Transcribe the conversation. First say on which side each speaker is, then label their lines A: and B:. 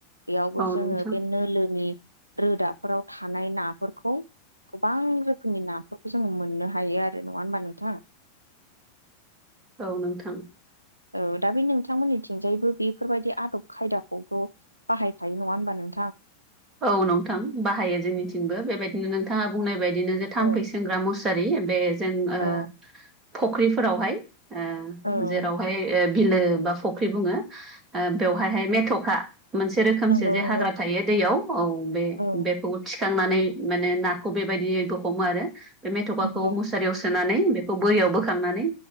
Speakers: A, on the right; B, on the right.
A: बेयावबो
B: औ नोंथां औ
A: जोङो
B: नोंथां
A: बे नोलोनि रोदा फोराव थानाय ना फोरखौ गोबां रोखोमनि ना फोरखौ जों मोननो हायो आरो नङा होमबा नोंथां?
B: औ नोंथां।
A: ओ दा बे नोंथां मोननिथिं जायबो बेफोर बायदि आदब खायदा खौथ' बाहाय खायो नङा होनबा नों
B: औ नोंथां बाहायो जोंनिथिंबो बेबायदिनो नोंथाङा बुंनाय बाय बिदिनो जे थाम्फै
A: औ
B: सेंग्रा मुसारि बे जों ओ
A: औ
B: फख्रि फोरावहाय ओ
A: औ
B: जेराव हाय ओ बिलो बा फुख्रि बुङो। ओ बेवहाय हाय मेथ'खा मोनसे रोखोमसे
A: नंगौ
B: जे
A: नंगौ
B: हाग्रा थायो दैयाव औ बे
A: औ
B: बेखौ थिखांनानै माने नाखौ बेबायैबो हमो आरो। बे मेथ'खाखौ
A: नंगौ
B: मुसारियाव सोनानै बेखौ बोरियाव बोखांनानै